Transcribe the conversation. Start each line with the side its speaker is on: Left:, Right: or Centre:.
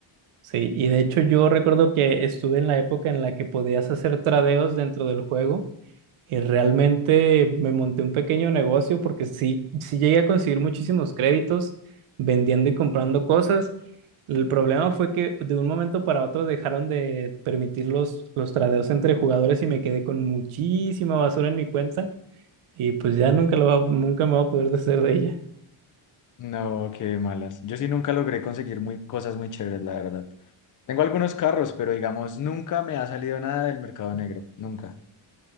Right: Sí, y de hecho yo recuerdo que estuve en la época en la que podías hacer tradeos dentro del juego y realmente me monté un pequeño negocio porque sí, sí llegué a conseguir muchísimos créditos vendiendo y comprando cosas. El problema fue que de un momento para otro dejaron de permitir los, los tradeos entre jugadores y me quedé con muchísima basura en mi cuenta y pues ya nunca, lo va- nunca me voy a poder deshacer de ella.
Left: No, qué malas. Yo sí nunca logré conseguir muy, cosas muy chéveres, la verdad. Tengo algunos carros, pero digamos, nunca me ha salido nada del mercado negro, nunca.